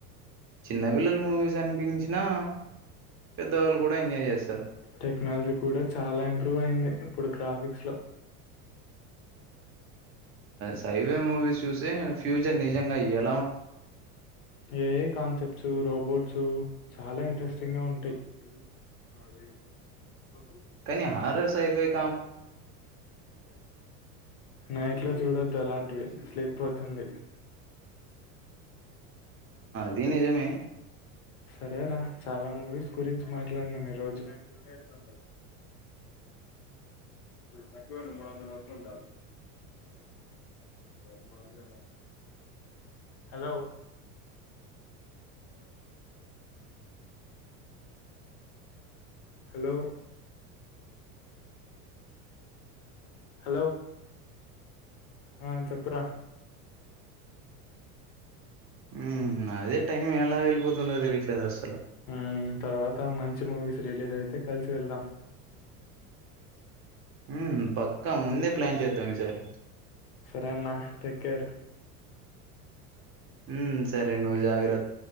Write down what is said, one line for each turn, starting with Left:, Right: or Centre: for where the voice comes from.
Right: చిన్నపిిల్లలు మూవీస్ అనిపించినా పెద్దవాళ్ళు కూడా ఎంజాయ్ చేస్తారు
Left: టెక్నాలజీ కూడా చాలా ఇంప్రూవ్ అయింది ఇప్పుడు గ్రాఫిక్స్లో
Right: సైవే మూవీస్ చూసే ఫ్యూచర్ నిజంగా అయ్యారు
Left: ఏ కాన్సెప్ట్ రోబోట్స్ చాలా ఇంట్రెస్టింగ్ గా ఉంటాయి అ రే స కొ
Right: కానీ హారర్స్ైఫెక్
Left: న ఇట్లా చూడొద్దు అలాంటివి స్లిప్ పోతుంది
Right: ది నిజమే
Left: సరేరా చాలా మూవీస్ గురించి మాట్లాడినా మీ రోజుూ వెతు తక్కువ మూడు వందల వరకు ఉంట మూడు వంద హలో
Right: అ
Left: హలో హలో హలో ఆ చెప్పురా
Right: ఉమ్మ్ అదే టైం ఎలా వెళ్ళిపోతుందో తెలియట్లేదు అసలు
Left: ఉమ్మ్ తర్వాత మంచి మూవీస్ రిలీజ్ అయితే కలిసి వెళ్దాం
Right: ఉమ్మ్ పక్కా ముందే ప్లాన్ చేద్దాం ఈసారి
Left: సరే అన్నా టేక్ కేర్
Right: ఉమ్మ్ సరే నువ్వు జాగ